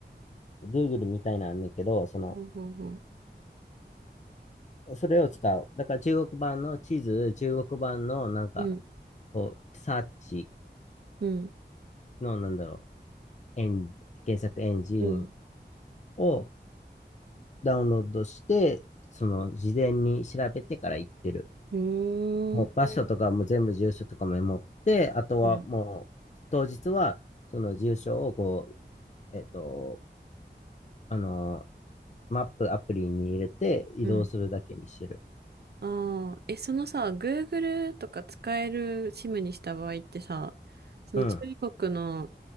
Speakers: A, on the left; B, on the right.
A: Google みたいなんだけど、その、
B: ほんほんほん。
A: それを使う。だから中国版の地図、中国版のなんか、
B: うん、
A: こう、サーチ
B: うん、
A: の、なんだろう、エン、検索エンジン
B: うん。
A: をダウンロードして、その、事前に調べてから行ってる。
B: うーん、
A: もう、場所とかも全部住所とかも持って、あとはもう、
B: うん、
A: 当日は、その住所を、こう、えっと、あのマップアプリに入れて移動するだけにしてる。
B: うん。ああ、え、そのさ、Google とか使える SIM にした場合ってさ、その中国の
A: うん。